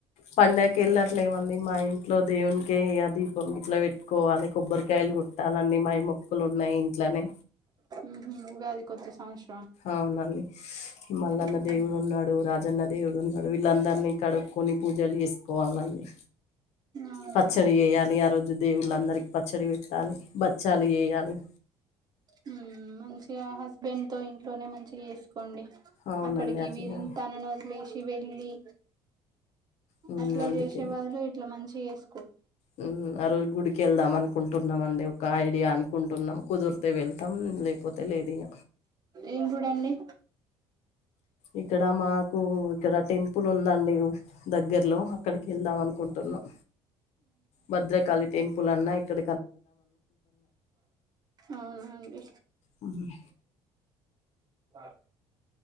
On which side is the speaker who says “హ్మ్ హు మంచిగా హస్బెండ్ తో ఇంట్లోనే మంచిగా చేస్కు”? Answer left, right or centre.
Right